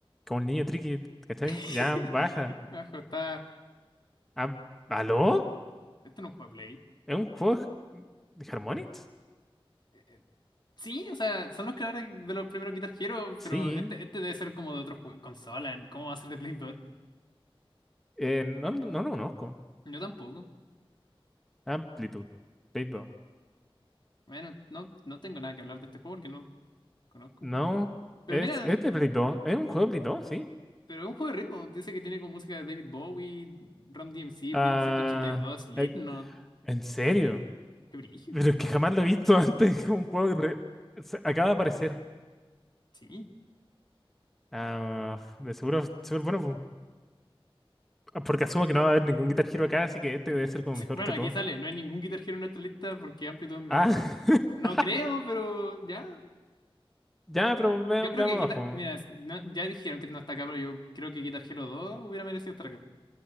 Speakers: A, in the centre; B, on the left.
A: Como el niño tricky, ¿cachai?
B: <laughs>
A: Ya baja.
B: Abajo está.
A: Ah, ¿aló?
B: Este no es un juego de Play.
A: ¿Es un juego de de Harmonix?
B: Eh, eh, Sí, o sea, son los creadores de los primeros Guitar Hero,
A: Sí.
B: pero este, este debe ser como de otro jue- consola. ¿Cómo va a ser de Play 2?
A: Eh, no, no, no lo conozco.
B: Yo tampoco.
A: Amplitude. Blade.
B: Bueno, no, no tengo nada que hablar de este juego porque no conozco.
A: No,
B: Pero
A: es,
B: mira,
A: es de Play 2. Es un juego de Play 2, sí.
B: pero es un juego de ritmo. Dice que tiene como música de David Bowie, Ram DMC,
A: Ah,
B: Blink ciento ochenta y dos, Slipknot.
A: eh, ¿en serio?
B: Qué brillo.
A: Pero es que jamás lo he visto <laughs> antes. Es un juego que re- se- acaba de aparecer.
B: Sí. <laughs>
A: Ah, de seguro es súper bueno, pu- ah, porque asumo que no va a haber ningún Guitar Hero acá, así que este debe ser como mejor
B: Bueno,
A: que
B: aquí
A: todo.
B: sale. No hay ningún Guitar Hero en nuestra lista porque Amplitude es mejor.
A: Ah, <laughs>
B: No creo, pero ya.
A: ya, pero ve-
B: Yo creo
A: veamos
B: que Guitar...
A: abajo.
B: Mira, no- ya dijeron que no está acá, pero yo creo que Guitar Hero 2 hubiera merecido estar acá.